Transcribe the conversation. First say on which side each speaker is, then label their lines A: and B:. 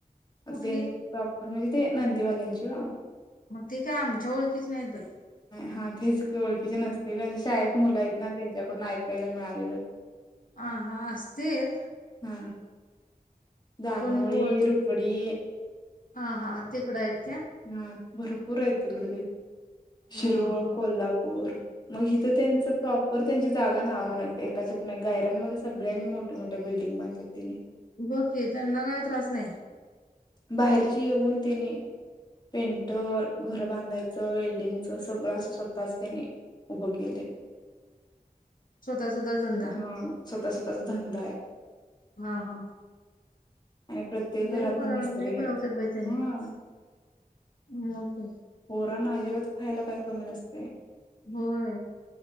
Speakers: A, on the left (about 65°); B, on the left (about 30°).
A: कुठली
B: आता त्यांनी प्रॉपर म्हणजे ते नंदीवाल्यांची वा.
A: मग ते काय आमच्या ओळखीच नाहीत बाई.
B: हा तेच क ओळखीचे नसतील म्हणजे शाळेत मुलं आहेत ना त्यांच्याकडून ऐकायला मिळालेलं.
A: ह हां असतील.
B: हम. धानोळी
A: पण होय.
B: रोपडी.
A: हा हा ते कड यत का.
B: हा भरपूर आहेत तिकड शिरोळ
A: हा हा हा
B: कोल्हापूर. मग हिथ त्यांच प्रॉपर त्यांची जागा नाव नाही एकाच्या पण नाही गाऱ्यांमध्ये सगळ्यांनी मोठ मोठ्या बिल्डिंग बांधलेत. तने.
A: बके त्यांना काय त्रास नाही
B: बाहेरचे येऊन त्यांने पेंटर घर बांधायचं वेल्डिंगच सगळं असं स्वतःच त्यानी. उभ केले.
A: <inaudible> स्वतः स्वतः धंदा
B: हा. स्वतः स्वतःचा धंदा आहे
A: हा हा.
B: आणि प्रत्येक
A: नाही
B: घरातन
A: पण
B: मिस्त्री
A: नाही मिळवतात
B: आहेत.
A: बाई त्यानी
B: हा
A: मग.
B: पोरा ना अजिबात खायला काय कमी न असते.
A: होय